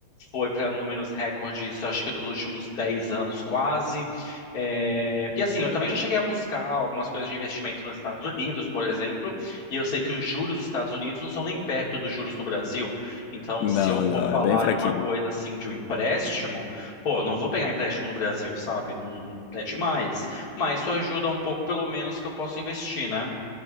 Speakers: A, on the left; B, on the left.
A: foi para números recordes, acho que dos últimos 10 anos quase. É, e assim, eu também já cheguei a buscar algumas coisas de investimento nos Estados Unidos, por exemplo, e eu sei que os juros dos Estados Unidos não são nem perto dos juros no Brasil. Então,
B: Não,
A: se eu for
B: não,
A: falar
B: é bem fraquinho.
A: de uma coisa assim, de um empréstimo, pô, não vou pegar empréstimo no Brasil, sabe? Não é demais. Mas isso ajuda um pouco, pelo menos, que eu posso investir, né?